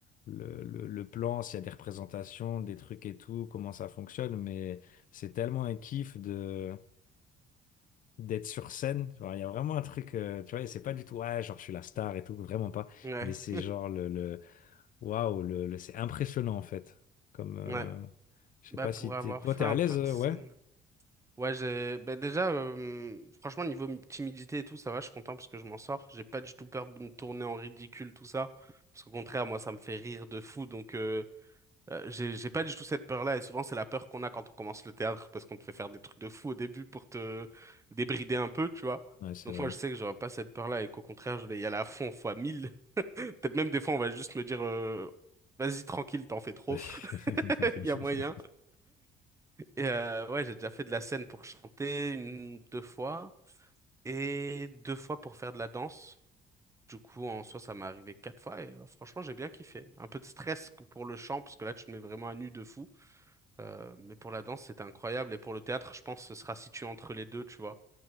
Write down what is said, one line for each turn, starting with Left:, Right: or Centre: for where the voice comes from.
Left: le, le- le plan, s'il y a des représentations, des trucs et tout, comment ça fonctionne, mais c'est tellement un kiff de d'être sur scène. Genre, il y a vraiment un truc, euh, tu vois, et c'est pas du tout, ouais, genre je suis la star et tout, vraiment pas.
Right: Ouais,
Left: Mais c'est
Right: <laughs>
Left: genre le, le waouh, le, le- c'est impressionnant en fait. Comme, euh,
Right: ouais,
Left: je sais
Right: bah
Left: pas
Right: pour
Left: si
Right: avoir
Left: t'es, toi
Right: fait
Left: t'es à
Right: un
Left: l'aise,
Right: peu
Left: euh,
Right: de scène.
Left: ouais?
Right: Ouais, j'ai bah déjà euh, franchement niveau m- timidité et tout, ça va, je suis content parce que je m'en sors, j'ai pas du tout peur de me tourner en ridicule tout ça parce qu'au contraire, moi ça me fait rire de fou donc euh, euh, j'ai j'ai pas du tout cette peur-là et souvent c'est la peur qu'on a quand on commence le théâtre parce qu'on te fait faire des trucs de fou au début pour te débrider un peu, tu vois.
Left: Ouais, c'est
Right: Donc
Left: vrai.
Right: moi je sais que j'aurais pas cette peur-là et qu'au contraire, je vais y aller à fond fois 1000. <laughs> Peut-être même des fois on va juste me dire euh, vas-y tranquille, t'en fais trop.
Left: <laughs>
Right: <laughs> Il y a moyen. Et euh, ouais, j'ai déjà fait de la scène pour chanter une, deux fois et deux fois pour faire de la danse. Du coup, en soi, ça m'est arrivé quatre fois et euh, franchement, j'ai bien kiffé. Un peu de stress que pour le chant parce que là, tu te mets vraiment à nu de fou. Euh, mais pour la danse, c'était incroyable. Et pour le théâtre, je pense que ce sera situé entre les deux, tu vois.